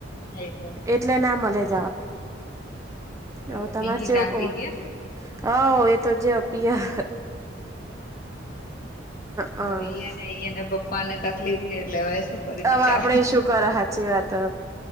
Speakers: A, on the left (about 50°); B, on the right (about 15°).
A: એટલે જ
B: એટલે ના મલે હ હવે
A: ચાલે
B: તમારે
A: પિંકી
B: ચેવુ
A: કાકી
B: કો? હાવ એતો જ્યાં પિયર હ
A: હવે એ અને એન પપ્પાને તકલીફ એટલે હવે શું કરે
B: હવે
A: બિચારા.
B: આપડે શું કર હાચી વાત